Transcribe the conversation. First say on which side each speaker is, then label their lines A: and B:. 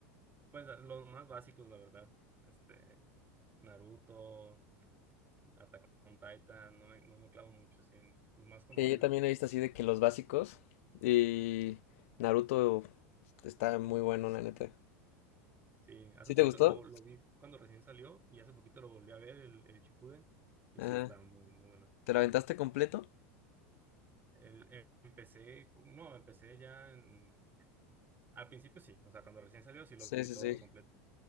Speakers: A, on the right; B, on the left.
A: Pues ah, los más básicos, la verdad. Este, Naruto, Attack on Titan, no me, no me clavo mucho, sí, en los más conocidos.
B: Sí, yo también he visto así de que los básicos y Naruto está muy bueno, la neta.
A: Sí, hace
B: ¿Sí
A: poquito
B: te gustó?
A: lo, lo vi cuando recién salió y hace poquito lo volví a ver, el, el Shippuden, y
B: Ajá.
A: sí, estaba muy, muy bueno.
B: ¿Te lo aventaste completo?
A: El, em- empecé, no, empecé ya en- al principio sí, o sea, cuando recién salió sí lo
B: Sí,
A: vi
B: sí,
A: todo
B: sí.
A: completo